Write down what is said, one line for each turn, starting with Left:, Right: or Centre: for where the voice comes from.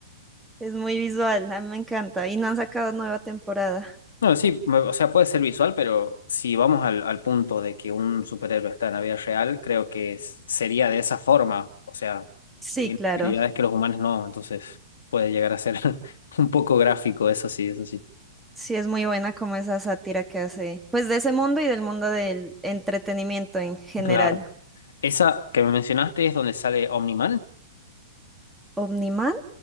Centre: <laughs> es muy visual, a mí me encanta y no han sacado nueva temporada.
Left: No, sí, me- o sea, puede ser visual, pero si vamos al, al punto de que un superhéroe está en la vida real, creo que es- sería de esa forma, o sea,
Centre: Sí,
Left: tiene
Centre: claro.
Left: habilidades que los humanos no, entonces puede llegar a ser <laughs> un poco gráfico, eso sí, eso sí.
Centre: Sí, es muy buena como esa sátira que hace, pues de ese mundo y del mundo del entretenimiento en general.
Left: Claro. Esa que me mencionaste es donde sale Omniman,
Centre: ¿Omniman?